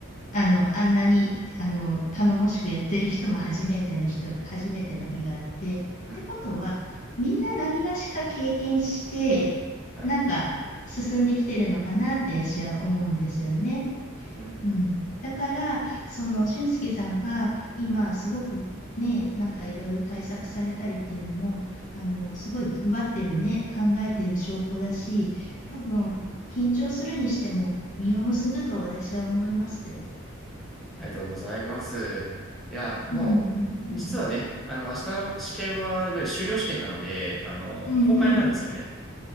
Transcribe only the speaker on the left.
あの、あんなに、あの、頼もしくやってる人も初めての人、初めての日があって、ってことは、
みんな何がしか経験して、
なんか進んできてるのかなって私は思うんですよね。
うん。だから、その、俊介さんが今、すごくね、なんかいろいろ対策されたりっていうのも、あの、すごい頑張ってるね、考えてる証拠だし、多分、緊張するにしても、実を結ぶと私は思いますよ。
うんうんうん。
うんうん。